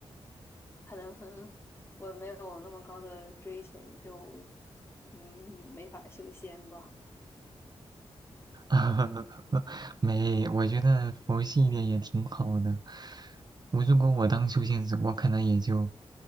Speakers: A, on the left; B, on the right.
A: 可能我没有那么高的追求，就嗯没法修仙吧。
B: <laughs> 没，我觉得佛系一点也挺好的。我如果我当修仙者，我可能也就